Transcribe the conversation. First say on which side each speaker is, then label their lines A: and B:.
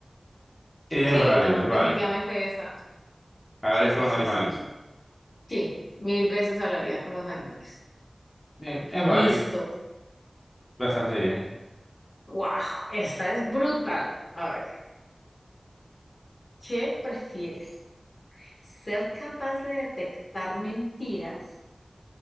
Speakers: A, on the left (about 20°); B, on the left (about 55°).
A: Y es
B: Sí,
A: válido,
B: no,
A: es válido.
B: definitivamente esa.
A: Hablarles
B: Sí, sí,
A: con los
B: sí,
A: animales.
B: sí. Sí, mil veces hablaría con los animales.
A: Bien, es válido,
B: Listo.
A: bastante bien.
B: Wow, esta es brutal. A ver, ¿qué prefieres? ¿Ser capaz de detectar mentiras?